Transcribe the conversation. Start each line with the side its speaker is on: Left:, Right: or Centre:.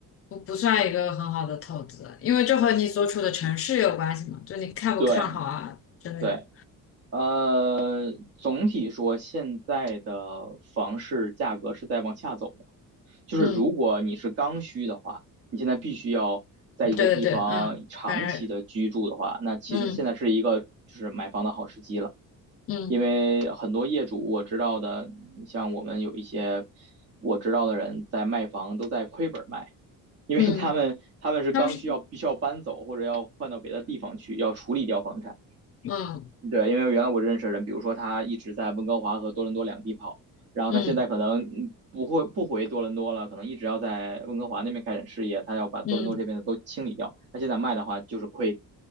Left: 不不算一个很好的投资，因为这和你所处的城市有关系嘛，就你看不看好啊之类的。
Right: 对对。呃，总体说，现在的房市价格是在往下走的。就是如果你是刚需的话，
Left: 嗯，
Right: 你现在必须要在一个地方长期的居住的话，
Left: 嗯对对对，嗯，反正，
Right: 那其实现在是一个就是买房的好时机了。
Left: 嗯嗯
Right: 因为很多业主我知道的，像我们有一些我知道的人在卖房都在亏本卖，因为他们他们是刚需要必须要搬走或者要换到别的地方去，
Left: 嗯。嗯他们是，
Right: 要处理掉房产。
Left: 嗯
Right: 对，因为原来我认识的人，比如说他一直在温哥华和多伦多两地跑，然后他现在可能嗯不会不回多伦多了，
Left: 嗯
Right: 可能一直要在温哥华那边开展事业，他要把多伦多这边的都清理掉。
Left: 嗯
Right: 他现在卖的话就是亏，